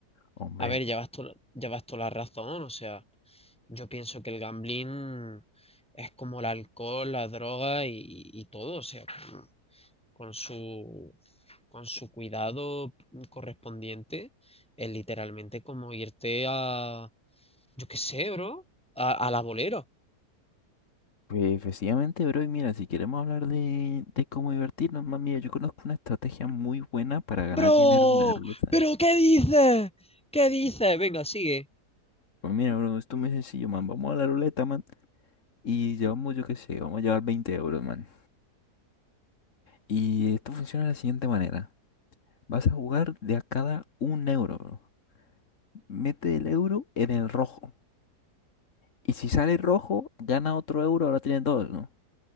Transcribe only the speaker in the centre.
A ver, llevas to- llevas toda la razón, o sea, yo pienso que el gambling es como el alcohol, la droga y, y todo, o sea, con, con su, con su cuidado correspondiente, es literalmente como irte a, yo qué sé, bro, a, a la bolera.
Bro,
pero ¿qué dices? ¿Qué dices? Venga, sigue.